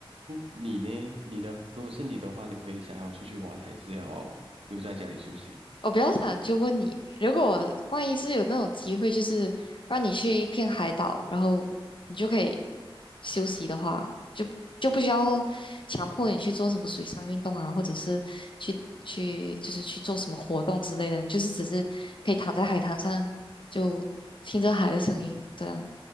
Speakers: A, on the right; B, on the left.
A: 你呢？你呢？如果是你的话，你会想要出去玩，还是要留在家里休息？
B: 我比较想就问你，如果万一是有那种机会，就是让你去一片海岛，然后你就可以休息的话，就就不需要强迫你去做什么水上运动啊，或者是去去就是去做什么活动之类的，你就是只是可以躺在海滩上，就听着海的声音，这样，